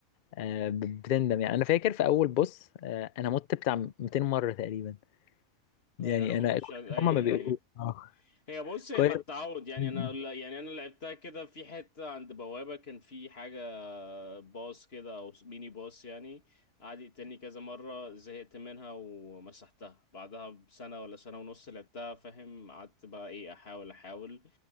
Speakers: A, on the left; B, on the left.
A: آه، بتندم يعني انا فاكر في اول بص آه، انا مت بتاع 200 مره تقريبا يعني
B: ايوه انا ما
A: انا
B: كنتش
A: كويس
B: عارف- ايوه
A: إن هما ما بيقولوا
B: ايوه هي
A: <laughs>
B: بص هي
A: كويس
B: ما التعود يعني
A: امم
B: انا لا- يعني انا لعبتها كده في حته عند بوابه كان في حاجه باص كده او ميني باص يعني قعد يقتلني كذا مره زهقت منها ومسحتها بعدها بسنه ولا سنه ونص لعبتها فاهم قعدت بقى ايه احاول احاول